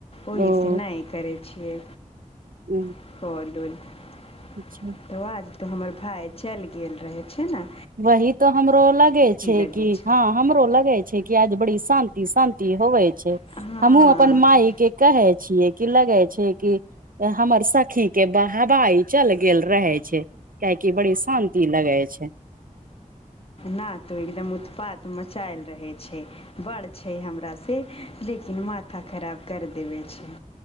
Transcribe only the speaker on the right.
ओ
<inaudible>
अच्छा
वही तो हमरो लगे छै
कि
हँ हमरो लगे छै कि आज बड़ी शांति शांति होवै छै
हमूँ अपन मााय के कहै छियै कि लगै छै कि हमर सखी के बहवाई चल गेल रहे छै कियाकि बड़ी शांति लगे छै